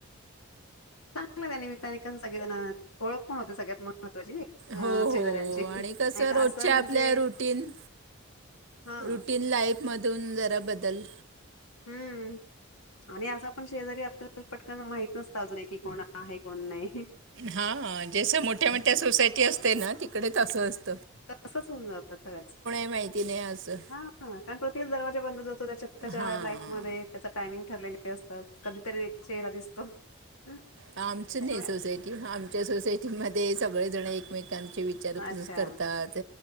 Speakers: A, on the left; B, on the right.
A: चांगला त्या निमित्याने सगळें जणं ओळख पणं होते सगळ्यांत महत्वाची अ
B: हो हो
A: शेजऱ्यांची
B: आणि
A: नाहीं
B: कसं
A: तर
B: रोजच्या
A: असं म्हणजे
B: आपल्या रुटीन
A: हा
B: रुटीन लाईफमधून जरा बदल.
A: हम्म आणि असं पणं शेजारी आपल्याला पटकनना माहित नसतं अजून कि कोण आहे कोण नाहीं
B: हा जस मोठ्या मोठ्या सोसायटी असतें ना तिकडे तसं असते
A: तसंच होऊन जातं खरच
B: माहिती नाही असं
A: हा कारणं प्रत्येक दरवाजा बंदतो जोडतो त्याच्या त्यांच्या
B: हां
A: लाईफ मध्ये त्यांच्या टायमिंग ठरलेला असतो कधीतरी चेहरा दिसतो. हं,
B: आमचं
A: त्याच्यामुळे
B: नाहीं सोसायटी आमच्या सोसायटीमध्ये सगळें जणं एकमेक कांची विचारपूस
A: अच्छा
B: करतात